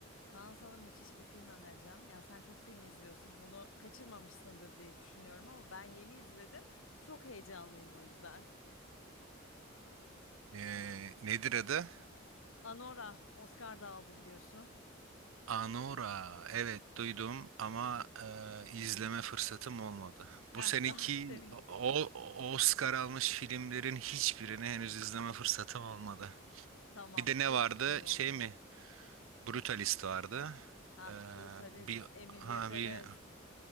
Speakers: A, on the left; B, on the right.
A: Kaan sana müthiş bir film önereceğim. Yani sen çok film izliyorsun. Bunu kaçırmamışsındır diye düşünüyorum ama ben yeni izledim. Çok heyecanlıyım o yüzden.
B: Ee, nedir adı?
A: Anora Oscar da aldı biliyorsun.
B: Anora. Evet duydum ama e, izleme fırsatım olmadı.
A: Heh,
B: Bu seneki
A: daha <laughs> sevindim.
B: o o- Oscar almış filmlerin hiçbirini henüz izleme fırsatım olmadı.
A: Tamam,
B: Bir de ne
A: çok
B: vardı?
A: güzel oldu.
B: Şey mi? Brutalist vardı.
A: Ha,
B: Ee,
A: Brutalist,
B: bir
A: Emilia
B: ha
A: Perez.
B: bir